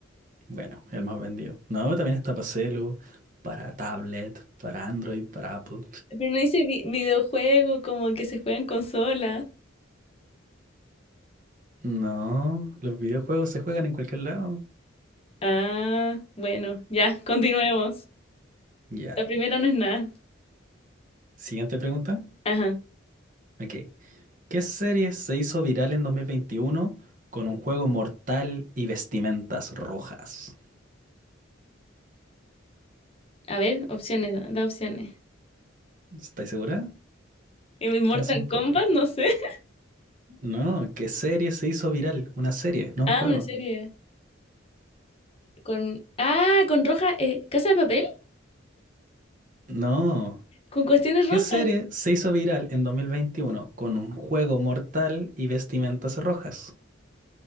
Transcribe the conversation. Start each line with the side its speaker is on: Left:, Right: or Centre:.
Right: Bueno, el más vendido. No, también está para celu, para tablet, para Android, para Apple.
Left: Pero no dice vi- videojuego, como que se juega en consola.
Right: No, los videojuegos se juegan en cualquier lado.
Left: Ah, bueno, ya, continuemos.
Right: Ya.
Left: La primera no es nada.
Right: Siguiente pregunta.
Left: Ajá.
Right: Ok. ¿Qué serie se hizo viral en 2021 con un juego mortal y vestimentas rojas?
Left: A ver, opciones, da, da opciones.
Right: ¿Estáis segura?
Left: ¿En Mortal
Right: Piensa un poco.
Left: Kombat? No sé. <laughs>
Right: No, ¿qué serie se hizo viral? Una serie, no
Left: Ah,
Right: un juego.
Left: una serie. Con. Ah, con roja. eh, ¿Casa de papel?
Right: No.
Left: Con cuestiones
Right: ¿Qué
Left: rojas.
Right: serie se hizo viral en 2021 con un juego mortal y vestimentas rojas?